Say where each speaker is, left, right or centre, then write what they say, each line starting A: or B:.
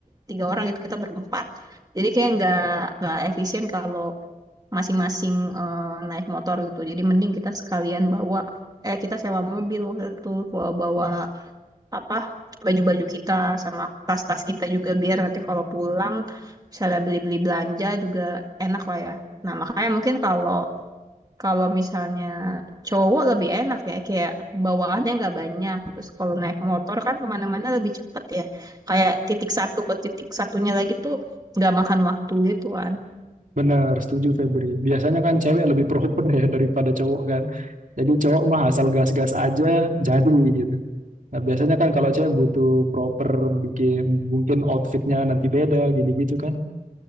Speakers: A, on the right; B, on the right.
A: tiga orang gitu kita berempat jadi kayak nggak nggak efisien kalau masing-masing eh, naik motor gitu jadi mending kita sekalian bawa eh kita sewa mobil waktu itu bawa bawa apa baju-baju kita sama tas-tas kita juga biar nanti kalau pulang misalnya beli-beli belanja juga enak lah ya. Nah, makanya mungkin kalau kalau misalnya cowok lebih enak ya kayak bawaannya nggak banyak. Terus kalau naik motor kan kemana-mana lebih cepet ya. Kayak titik satu ke titik satunya lagi tuh nggak makan waktu gitu kan.
B: benar, setuju Febri. Biasanya kan cewek lebih proper ya daripada cowok kan. Jadi cowok mah asal gas-gas aja jadi gitu. Nah, biasanya kan kalau cewek butuh proper bikin mungkin outfitnya nanti beda gini gitu kan.